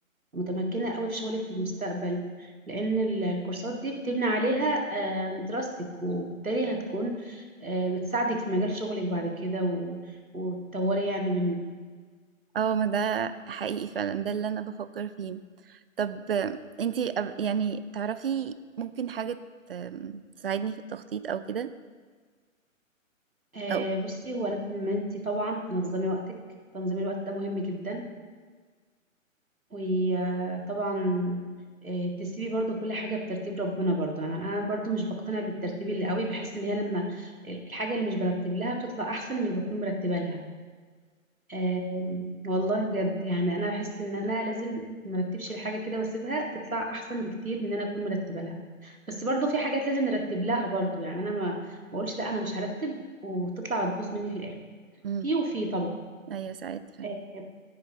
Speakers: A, on the right; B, on the right.
A: متمكنه قوي في شغلك في المستقبل لان ال- الكورسات دي بتبني عليها آم، دراستك وبالتالي هتكون آه، بتساعدك في مجال شغلك بعد كده و- وتطوري يعني منه
B: اه ما ده حقيقي فعلا ده اللي أنا بفكر فيه طب آه، انتي أب- يعني تعرفي ممكن حاجة آم، تساعدني في التخطيط أو كده
A: آه،
B: أو
A: بصي هو لازم انتي طبعا تنظمي وقتك تنظيم الوقت ده مهم جدا وطبعا آه، تسيبي برضو كل حاجة بترتيب ربنا برضو يعني أنا برضو مش بقتنع بالترتيب اللي قوي بحس إن هي لما الحاجة اللي مش برتب لها بتطلع أحسن من اللي بكون مرتبة لها آه، والله بجد يعني أنا بحس إن أنا لازم مرتبش الحاجة كده واسيبها تطلع أحسن بكتير من إن أنا أكون مرتبة لها بس برضو في حاجات لازم نرتب لها برضو يعني أنا ما بقولش لا أنا مش هرتب وتطلع تبوظ مني في الآخر
B: مم.
A: في وفي طبعا
B: أيوة ساعات فعلا
A: آه،